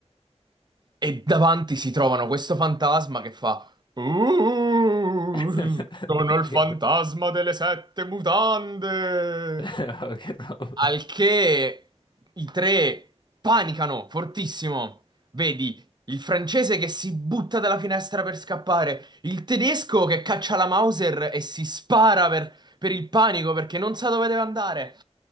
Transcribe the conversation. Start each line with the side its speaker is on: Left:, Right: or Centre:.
Right: E davanti si trovano questo fantasma che fa: "Uh,
Left: <laughs>
Right: sono il
Left: Che
Right: fantasma
Left: ro-
Right: delle sette mutande.
Left: <laughs> che roba.
Right: Al che i tre panicano fortissimo. Vedi il francese che si butta dalla finestra per scappare, il tedesco che caccia la Mauser e si spara per, per il panico perché non sa dove deve andare,